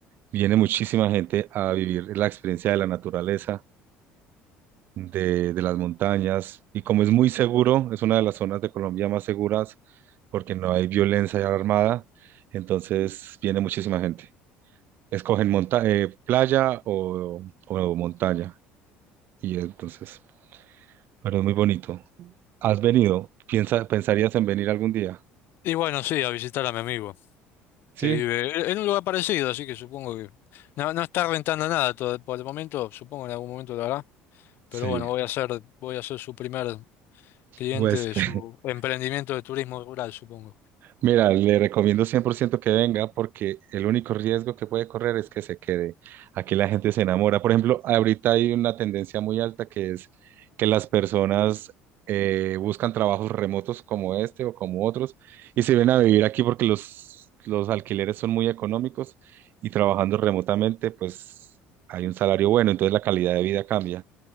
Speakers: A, on the right; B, on the left.
A: Viene muchísima gente a vivir la experiencia de la naturaleza de, de las montañas y como es muy seguro, es una de las zonas de Colombia más seguras porque no hay violencia armada, entonces viene muchísima gente. Escogen monta eh, playa o, o montaña y entonces, pero es muy bonito. ¿Has venido? ¿Piensa, pensarías en venir algún día?
B: Y bueno, sí, a visitar a mi amigo,
A: Sí,
B: que vive en en un lugar parecido, así que supongo que no, no está rentando nada todo- por el momento, supongo que en algún momento lo hará,
A: sí,
B: pero bueno, voy a ser, voy a ser su primer cliente
A: pues
B: de
A: <laughs>
B: su emprendimiento de turismo rural, supongo.
A: Mira, le recomiendo 100% que venga porque el único riesgo que puede correr es que se quede. Aquí la gente se enamora. Por ejemplo, ahorita hay una tendencia muy alta que es que las personas eh, buscan trabajos remotos como este o como otros y se ven a vivir aquí porque los, los alquileres son muy económicos y trabajando remotamente pues hay un salario bueno, entonces la calidad de vida cambia.